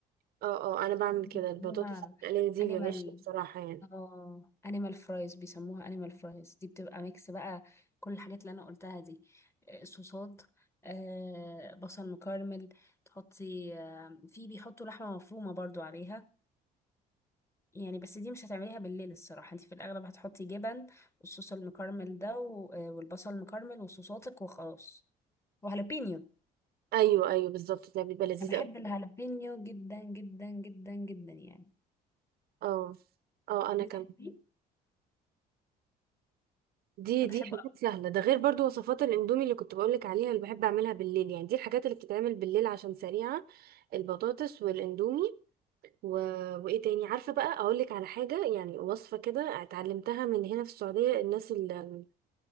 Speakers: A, on the right (about 65°); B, on the left (about 15°).
A: اه اه انا بعمل
B: بيسموها
A: كده البطاطس المقليه دي
B: انيمال
A: بعيش بصراحه يعني
B: اه انيمال فرايز بيسموها انيمال فرايز دي بتبقى ميكس بقى كل الحاجات اللي انا قلتها دي آه، صوصات آه، بصل مكرمل تحطي آه، في بيحطوا لحمة مفرومة برضو عليها يعني بس دي مش هتعمليها بالليل الصراحة انت في الاغلب هتحطي جبن والصوص المكرمل ده و- آه، والبصل المكرمل وصوصاتك وخلاص وهالبينيو
A: ايوه ايوه بالظبط ده بيبقى لذيذ
B: انا بحب
A: قوي
B: الهالبينيو جدا جدا جدا جدا يعني
A: اه اه انا
B: بتحبيه
A: كمان دي
B: انا
A: دي
B: بحبه
A: حاجات
B: أكتر.
A: سهله ده غير برضو وصفات الاندومي اللي كنت بقولك عليها اللي بحب اعملها بالليل يعني دي الحاجات اللي بتتعمل بالليل عشان سريعه البطاطس والاندومي و... وايه تاني عارفه بقى اقولك على حاجه يعني وصفه كده اتعلمتها من هنا في السعوديه الناس ال...